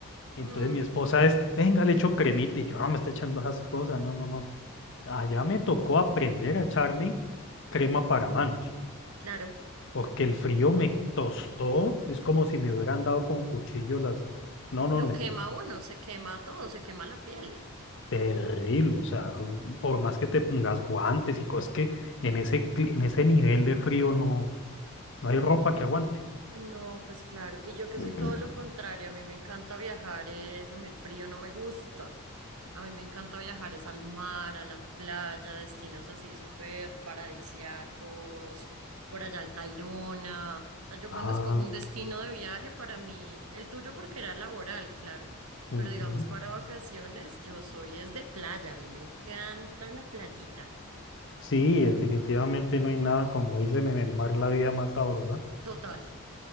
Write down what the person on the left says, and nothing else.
entonces
mi esposa es, venga, le echo cremita y yo no me está echando esas cosas, no, no, no. Allá me tocó aprender a echarme crema para manos,
porque el frío me tostó, es como si me hubieran dado con cuchillo las... No, no,
me-
terrible, o sea, u- por más que te pongas guantes y cosas que en ese, cli- en ese nivel de frío no, no hay ropa que aguante.
<clears throat>
Ah,
ujú.
Sí, definitivamente no hay nada, como dicen en el mar, la vida más sabrosa.